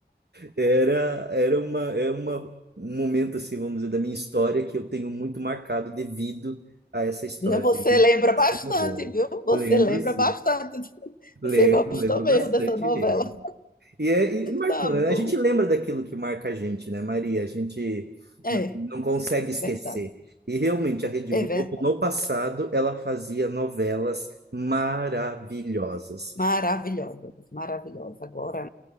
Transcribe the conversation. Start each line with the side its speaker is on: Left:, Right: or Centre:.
Right: Era, era uma, é uma, um momento, assim, vamos dizer, da minha história que eu tenho muito marcado devido a essa história,
Left: Você
Right: devido
Left: lembra bastante,
Right: a essa novela.
Left: viu? Você
Right: Lembro,
Left: lembra
Right: sim.
Left: bastante. <laughs>
Right: Lembro,
Left: Você gostou
Right: lembro
Left: mesmo
Right: bastante
Left: dessa novela.
Right: mesmo. E, é, e marcou,
Left: Tá bom.
Right: né? A gente lembra daquilo que marca a gente, né, Maria? A gente
Left: É,
Right: não, não consegue esquecer.
Left: verdade.
Right: E realmente, a Rede Globo,
Left: É verdade.
Right: no passado, ela fazia novelas maravilhosas.
Left: Maravilhosa, maravilhosa. Agora,